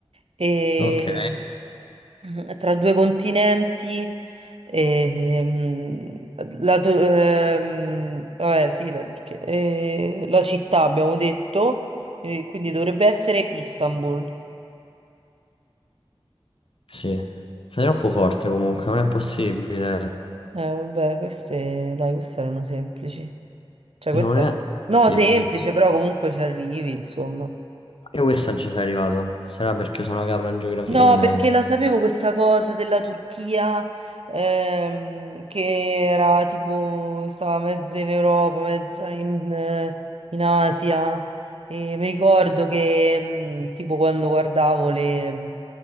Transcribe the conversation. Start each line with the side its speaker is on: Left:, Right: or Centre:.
Right: E
Left: Ok.
Right: mm, <clears throat> tra due continenti, e, mm, la, tu- ehm, vabbè, sì, la, Turchia- eh, la città abbiamo detto, eh, quindi dovrebbe essere Istanbul.
Left: Sì. Sei troppo forte comunque, non è possibile.
Right: Eh, vabbè, queste, dai, queste erano semplici. Cioè,
Left: Non
Right: questa
Left: è
Right: era... No,
Left: possibile.
Right: semplice, però comunque ci arrivi, insomma.
Left: E questa non ci sei arrivato. Sarà perché sono una capra in geografia.
Right: No,
Left: In...
Right: perché
Left: in-
Right: la sapevo questa cosa della Turchia, ehm, che era tipo, stava mezza in Europa, mezza in, eh, in Asia. E mi ricordo che, mm, tipo, quando guardavo le...